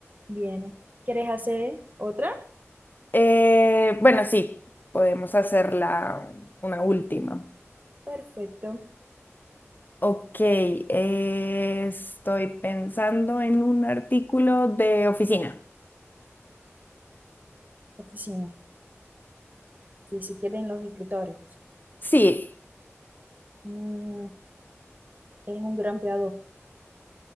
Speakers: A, on the right; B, on the left.
A: Viene. ¿Quieres hacer otra?
B: Eh, bueno, sí, podemos hacerla una última.
A: Perfecto.
B: Ok, eh, estoy pensando en un artículo de oficina.
A: Oficina. Que se queden los escritorios.
B: Sí,
A: Mm, es un grampeador.